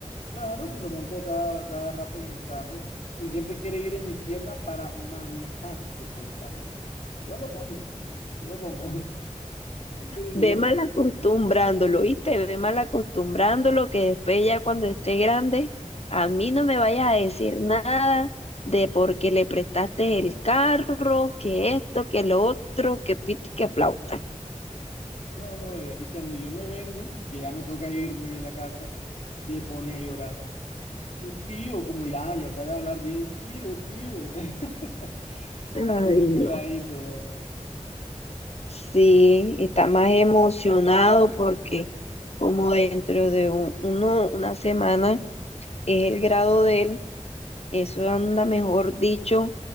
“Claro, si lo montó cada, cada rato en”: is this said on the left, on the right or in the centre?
Left